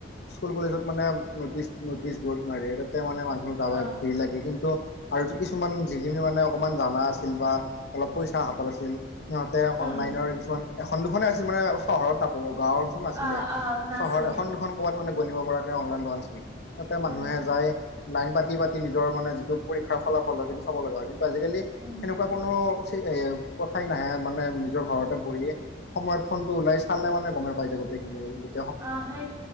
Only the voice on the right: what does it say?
অ
উম
অ অ নাছিলে
উম
উম
অ সেই